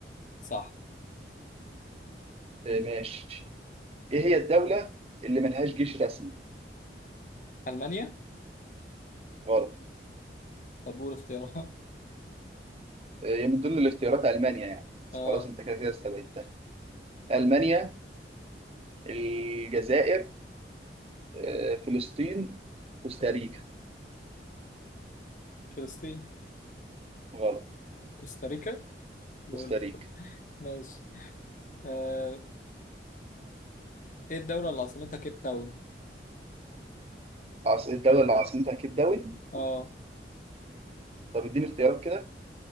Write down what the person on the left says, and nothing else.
صح
ألمانيا
طب قول اختيارها
آه
مم. فلسطين
كوستاريكا لول
ماشي آه إيه الدولة اللي عاصمتها كيب تاون
آه